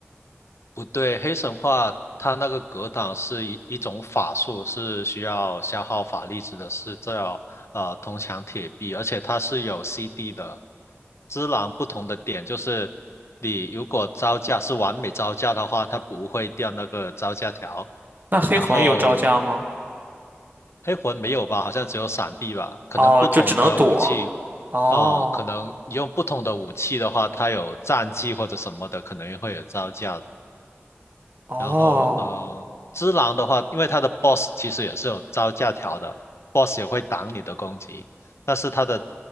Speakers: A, on the left (about 80°); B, on the right (about 45°).
A: 不对，黑神话它那个格挡是一一种法术，是需要消耗法力值的，是叫呃铜墙铁壁，而且它是有 CD 的。只狼不同的点就是，你如果招架是完美招架的话，它不会掉那个招架条。
B: 那黑魂有招架吗？
A: 然后黑魂没有吧？好像只有闪避吧？可能不同的武器，
B: 哦，就只能躲。哦
A: 哦、可能用不同的武器的话，它有战技或者什么的，可能会有招架
B: 哦
A: 然后呃，只狼的话，因为它的 boss 其实也是有招架条的，boss 也会挡你的攻击，但是它的